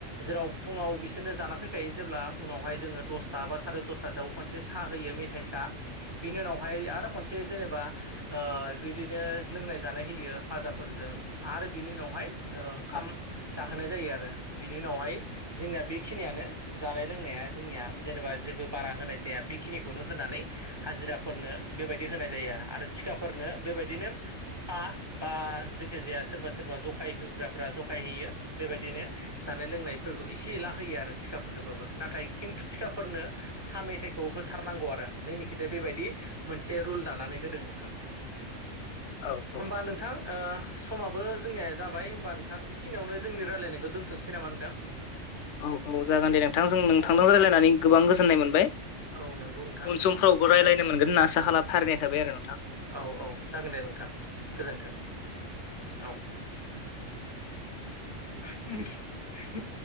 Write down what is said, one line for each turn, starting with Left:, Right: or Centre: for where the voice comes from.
Right: जेराव फुङाव बिसोरनो जाना फैखायो जेब्ला उनावहाय जोङो दसथा बा साराय दसथासोआव खनसे साह होयो मेथाइ साह बिनि उनाव ओमफाय आरो खनसे जेनेबा ओ बिदिनो लोंनाय जानाय होयो फाजाफोरजों आरो बिनि उनावहाय ओंखाम
Left: औ
Right: जाहोनाय जायो आरो बिनि उनावहाय जोंनिया बेखिनियानो जानाय लोंनाया जोंनिया जेनेबा जेबो बारा होनाय जाया बेखिनिखौनो होनानै हाजिरा फोरनो बेबायदि होनाय जायो आरो आरो थिखाफोरनो बेबायदिनो स हा बा जेखि जाया सोरबा सोरबा जगाय होग्राफ्रा जगाय होयो बेबायदिनो जानाय लोंनायफोरखौ इसे एला होयो आरो थिखाफोरनोबाबो नाथाय खिन्थु थिखाफोरनो सा मेथाइखौ होथारनांगौ आरो जोंनि खिजाय बेबायदि मोनसे रुल दानानै होदों नोंथां <inaudible>
Left: औ
Right: होमबा नोंथां ओ समाबो जोंनिया जाबाय होमबा नोंथां इखिनियावनो जोंनि रायलायनायखौ दोनथ'नसै नामा नोंथां
Left: औ औ जागोन दे नोंथांजों नोंथांजों
Right: औ
Left: रायलायनानै गोबां गोजोननाय मोनबाय
Right: औ नंगौ नोंथां
Left: उन समफ्राव अ रायलायनो मोनगोन ना आसा खालाम फारिनाय थाबाय आरो न
Right: औ औ जागोन दे नोंथां गोजोन्थों। औ <unintelligible>